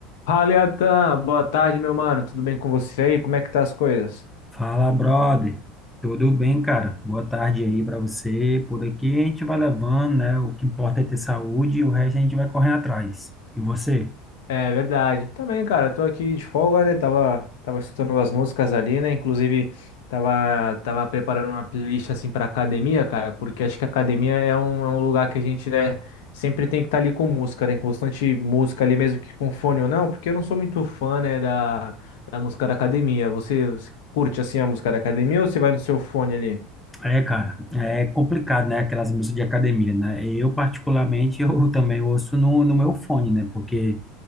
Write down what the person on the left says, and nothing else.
Fala, Iatan. Boa tarde, meu mano. Tudo bem com você aí? Como é que tá as coisas?
É verdade. Também, cara, tô aqui de folga, né? Tava, tava escutando umas músicas ali, né? Inclusive, tava, tava preparando uma playlist assim pra academia, cara, porque acho que a academia é um, é um lugar que a gente, né, sempre tem que estar ali com música, né? Constante música ali, mesmo que com fone ou não, porque eu não sou muito fã, né, da, da música da academia. Você, você curte assim a música da academia ou você vai no seu fone ali?